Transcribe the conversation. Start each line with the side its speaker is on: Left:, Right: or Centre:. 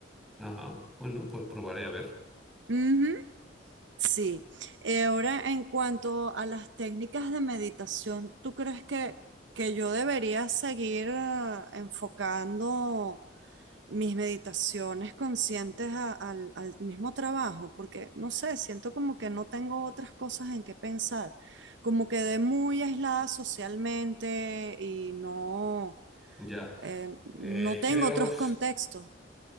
Centre: Ajá, bueno, pues probaré a ver.
Right: Ujú, Sí. Eh, ahora, en cuanto a las técnicas de meditación, ¿tú crees que, que yo debería seguir eh, enfocando? mis meditaciones conscientes a- al, al mismo trabajo, porque no sé, siento como que no tengo otras cosas en qué pensar, como quedé muy aislada socialmente y no,
Centre: Ya.
Right: eh,
Centre: Eh,
Right: no tengo
Centre: creo,
Right: otros contextos.